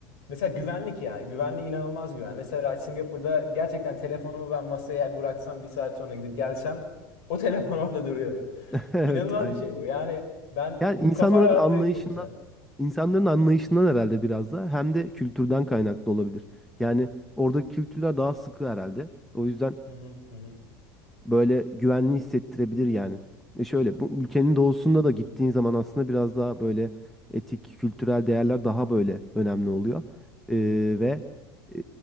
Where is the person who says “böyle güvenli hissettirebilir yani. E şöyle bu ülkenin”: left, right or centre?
Centre